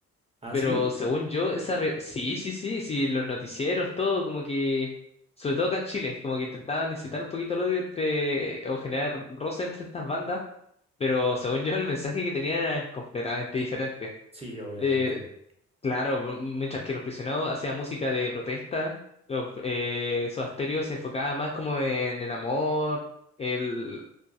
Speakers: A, on the right (about 20°); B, on the left (about 20°).
A: ¿Ah,
B: Pero
A: sí?
B: según yo, esa re- sí, sí, sí, sí, los noticieros, todo, como que, sobre todo acá en Chile, como que intentaban incitar un poquito el odio entre, o generar roce entre estas bandas, pero según yo el mensaje que tenían era completamente diferente.
A: Sí, obviamente.
B: Eh, claro, m- mientras que Los Prisioneros hacían música de protesta, los, eh, Soda Stereo se enfocaba más como en el amor, el,